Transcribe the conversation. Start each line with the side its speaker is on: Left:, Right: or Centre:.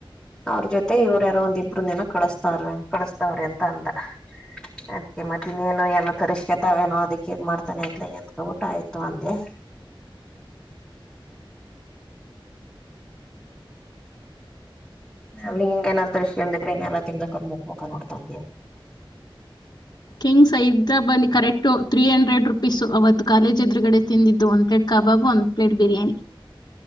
Centre: ಅವ್ರ ಜೊತೆ ಇವ್ರ ಯಾರೋ ಒಂದಿಬ್ಬರು ಕಳಿಸಸ್ತಾವ್ರೆ ಕಳಿಸ್ತಾರೆ ಅಂತ ಅಂದ ಅದೆ ಮತ್ತ ಇನ್ನೇನೋ ಎಲ್ಲ ತರುಷ್ಕೃತವೇನು ಅದಕ್ಕೆ ಇದ ಮಾಡ್ತಾನೆ ಅಂತಲೆ ಆಯ್ತು ಅಂದೆ <inaudible> ಅಲ್ಲಿ ಹಿಂಗ ತರುಸ್ಕೊಂಡಿದ್ರೆ ಇದ್ರ ಇನ್ನ ಎಲ್ಲಾ ತಿನ್ಬೇಕಾದ್ರೆ ಮುಖ ಮುಖಾ ನೋಡ್ತವ
Left: kings size correct three hundred rupees ಅವತ್ತು ಕಾಲೇಜ್ ಎದುರುಗಡೆ ತಿಂದಿದ್ದು ಒಂದು ಪ್ಲೇಟ್ ಕಾಬ್ ಒಂದು plate biryani